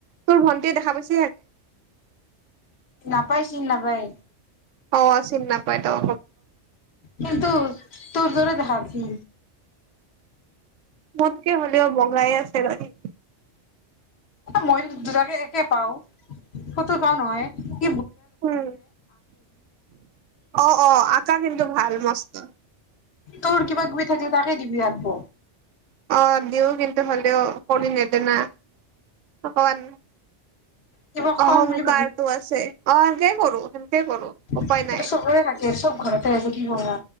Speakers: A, on the right; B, on the left.
A: তোৰ ভন্টিয়ে দেখা পাইছে।
B: নাপায়, চিন নাপায়।
A: অ, চিনি নাপায় ত অ।
B: কিন্তু তোৰ দৰে হাফী।
A: মোতকে হ'লেও <unintelligible>
B: মইয়ো দুটাকে একে পাও। কতত কোৱা নহয় এ।
A: উম, অ-অ আঁকা কিন্তু ভাল মস্ত।
B: তৰ কিবা-কিবি থাকলে তাকে দিবি আনব'।
A: অ দিও কিন্তু হলেও কৰি নেদে না। অকমান
B: কিবা খং
A: অহংকাৰটো
B: বুলি
A: আছে, অ সেই কৰো। কৰো
B: সেটো
A: উপায় নাই
B: চবৰে থাকে আৰু চব ঘৰতে আছে কি কবা।